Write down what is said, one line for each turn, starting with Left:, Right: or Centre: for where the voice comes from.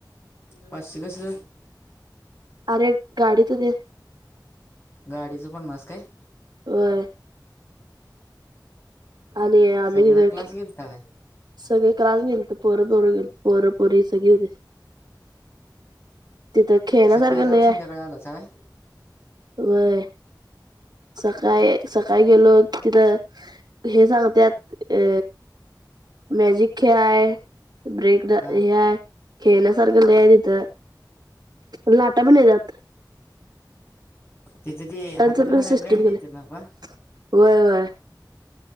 Left: पाचशे कसले?
Right: अरे गाडी तु ते
Left: गाडीचं पन्नास काय?
Right: होय. आणि आम्ही
Left: सगळा
Right: जिथ
Left: क्लास गेलता काय
Right: सगळे क्लास गेल तर पोर पोर गेल पोरं पोरी सगळी होते. तिथं खेळण्यासारखे
Left: सकाळी जाऊन
Right: लय आहे
Left: संध्याकाळी आलाचा काय
Right: व्हय. सकाळी सकाळी गेलो तिथं हे सांगतत अ मॅजिक खेय ब्रेक हेय
Left: हा
Right: खेळण्यासारख लय आहे तिथं. लाटा भी नाही जात
Left: तिचे ते हातात
Right: पण
Left: घालायला
Right: सिस्टीम
Left: ब्रँड
Right: केलंय
Left: देत न का
Right: व्हय व्हय.